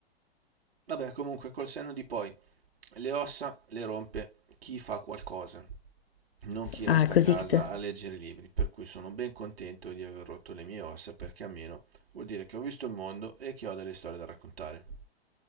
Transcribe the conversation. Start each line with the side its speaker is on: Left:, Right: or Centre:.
Right: Vabbè, comunque, col senno di poi, le ossa le rompe chi fa qualcosa, non chi resta
Left: Ah, è così
Right: a casa
Left: che te...
Right: a leggere i libri, per cui sono ben contento di aver rotto le mie ossa, perché almeno vuol dire che ho visto il mondo e che ho delle storie da raccontare.